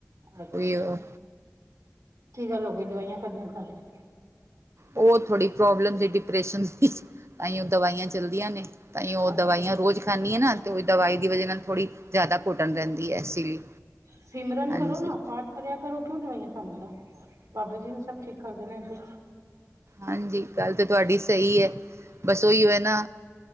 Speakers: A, on the right; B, on the right.
A: ਅੱਛਾ
B: ਉਈ ਉਹ
A: ਕੀ ਗੱਲ ਹੋ ਗਈ ਦਵਾਈਆਂ ਕਾਦੀਆਂ ਖਾ ਰਹੇ ਹੋ
B: ਉਹ ਥੋੜੀ ਪ੍ਰੋਬਲਮ ਸੀ ਡਿਪਰੈਸ਼ਨਸ ਦੀ ਤਾਂਹੀ ਉਹ ਦਵਾਈਆਂ ਚੱਲਦੀਆਂ ਨੇ ਤਾਂਹੀ
A: ਅੱਛਾ
B: ਉਹ
A: ਅੱਛਾ
B: ਦਵਾਈਆਂ ਰੋਜ਼ ਖਾ ਨੀ ਆ ਨਾ ਤੇ ਉਹ ਦਵਾਈ ਦੀ ਵਜਾ ਨਾਲ ਥੋੜ੍ਹੀ ਜ਼ਿਆਦਾ ਘੁੱਟਣ ਰਹਿੰਦੀ ਐ ਐਸੀ ਲਈ
A: ਸਿਮਰਨ
B: ਹਾਂਜੀ
A: ਕਰੋ ਨਾ ਪਾਠ ਕਰਿਆ ਕਰੋ ਕਿਉਂ ਦਵਾਈਆਂ ਖਾਂਦੇ ਹੋ ਬਾਬਾ ਜੀ ਨੇ ਸਭ ਠੀਕ ਕਰ ਦੇਣਾ ਅੱਗੇ
B: ਹਾਂਜੀ ਗੱਲ ਤੇ ਤੁਹਾਡੀ ਸਹੀ ਐ ਬਸ ਉਹੀ ਓ ਹੈ ਨਾ